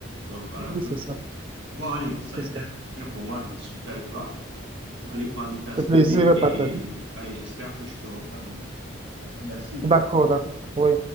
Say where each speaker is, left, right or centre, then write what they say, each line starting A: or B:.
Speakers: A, on the right (about 60°); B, on the right (about 25°).
A: Donc, voilà un
B: oui,
A: peu.
B: c'est ça,
A: Bon, allez, ça
B: c'est
A: a été
B: ça.
A: un plaisir pour moi de discuter avec toi. Je vais aller prendre une tasse
B: Le
A: d'été
B: plaisir est
A: et
B: partagé.
A: allez, j'espère que je te reprends bientôt. Vraiment, merci.
B: D'accord, d'accord. Oui.